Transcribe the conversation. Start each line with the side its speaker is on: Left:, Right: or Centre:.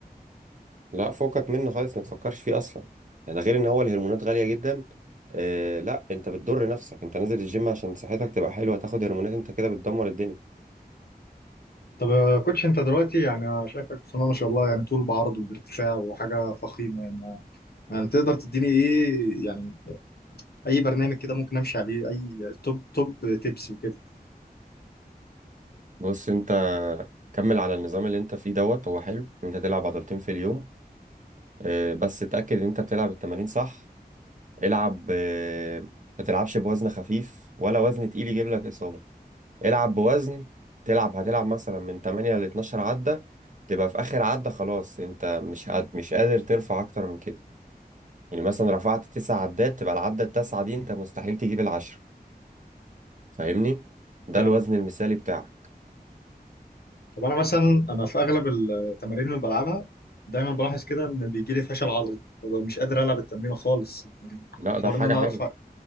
Right: لا فوقك منه خالص ما تفكرش فيه اصلا يعني غير ان هو الهرمونات غاليه جدا آه لا انت بتضر نفسك انت نازل الجيم عشان صحتك تبقى حلوه تاخد هرمونات انت كده بتدمر الدنيا
Left: طب يا كوتش انت دلوقتي يعني انا شايفك بسم ما شاء الله يعني طول بعرض وبارتفاع وحاجه فخيمه يعني يعني تقدر تديني ايه يعني اي برنامج كده ممكن امشي عليه اي توب توب تيبس وكده
Right: بص انت كمل على النظام اللي انت فيه دوت هو حلو ان انت تلعب عضلتين في اليوم آه، بس اتأكد ان انت بتلعب التمارين صح العب آه، ما تلعبش بوزن خفيف ولا وزن تقيل يجيب لك إصابة العب بوزن تلعب هتلعب مثلا من 8 ل 12 عدة تبقى في آخر عدة خلاص أنت مش قاد- مش قادر ترفع أكتر من كده يعني مثلا رفعت تسع عدات تبقى العدة التاسعة دي أنت مستحيل تجيب العشرة فاهمني؟ ده
Left: فاهم
Right: الوزن المثالي بتاعك
Left: طب انا مثلا انا في اغلب التمارين اللي بلعبها دايما بلاحظ كده ان بيجي لي فشل عضلي ببقى مش قادر العب التمرين خالص يعني
Right: لا
Left: حوار
Right: ده حاجة
Left: ان انا
Right: حلوة
Left: ارفع